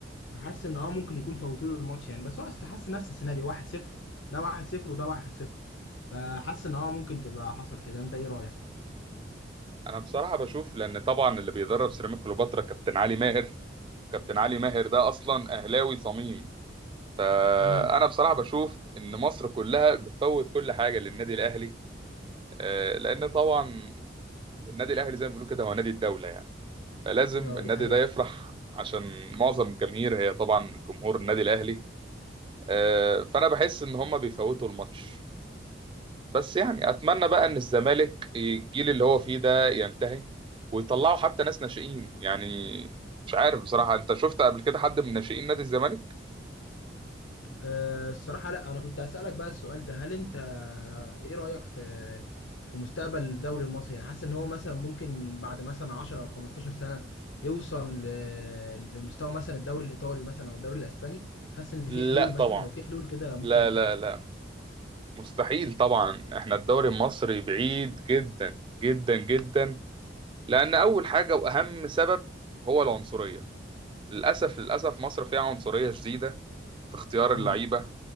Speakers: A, on the left; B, on the right.
A: فحاسس ان اه ممكن يكون فوتوا له الماتش يعني بس هو اصل حاسس نفس السيناريو 1-0 ده 1-0 وده 1-0 فحاسس ان اه ممكن تبقى حصل كده انت ايه رايك
B: انا بصراحه بشوف لان طبعا اللي بيدرب سيراميكا كليوباترا كابتن علي ماهر كابتن علي ماهر ده اصلا اهلاوي صميم فانا
A: امم
B: بصراحه بشوف ان مصر كلها بتفوت كل حاجه للنادي الاهلي آه، لان طبعا النادي الاهلي زي ما بيقولوا كده هو نادي الدوله يعني فلازم
A: اه
B: النادي
A: دي حقيقة
B: ده يفرح عشان معظم الجماهير هي طبعا جمهور النادي الاهلي آه، فانا بحس ان هم بيفوتوا الماتش بس يعني اتمنى بقى ان الزمالك الجيل اللي هو فيه ده ينتهي ويطلعوا حتى ناس ناشئين يعني مش عارف بصراحة انت شفت قبل كده حد من ناشئين نادي الزمالك
A: أه، الصراحة لا أنا كنت أسألك بقى السؤال ده هل أنت إيه رأيك في في مستقبل الدوري المصري يعني حاسس إن هو مثلا ممكن بعد مثلا 10 أو 15 سنة يوصل ل- لمستوى مثلا الدوري الإيطالي مثلا أو الدوري الإسباني حاسس إن في
B: لا
A: حلول
B: طبعا
A: مثلا لو في حلول كده
B: لا
A: ممكن
B: لا
A: ت...
B: لا مستحيل طبعا احنا الدوري المصري بعيد جدا جدا جدا لان اول حاجة واهم سبب هو العنصرية للاسف للاسف مصر فيها عنصرية شديدة في اختيار اللعيبة
A: امم